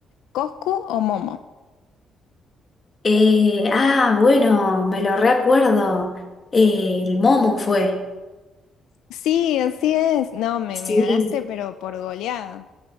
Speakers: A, on the left; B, on the left.
A: ¿Coscu o Momo?
B: Eh, ah, bueno, me lo recuerdo. Eh, el Momo fue.
A: Sí, así es. No, me,
B: Sí.
A: me ganaste, pero por goleada.